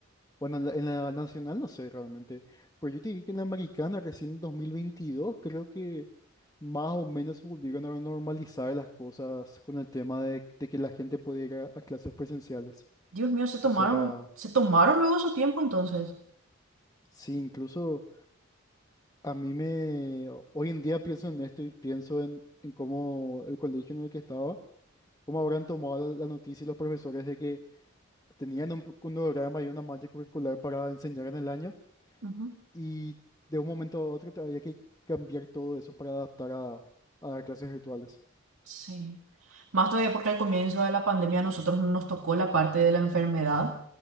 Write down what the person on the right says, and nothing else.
<laughs> Dios mío, se tomaron,
se tomaron luego su tiempo entonces.
Ujú.
Sí. Más todavía porque al comienzo de la pandemia a nosotros no nos tocó la parte de la enfermedad.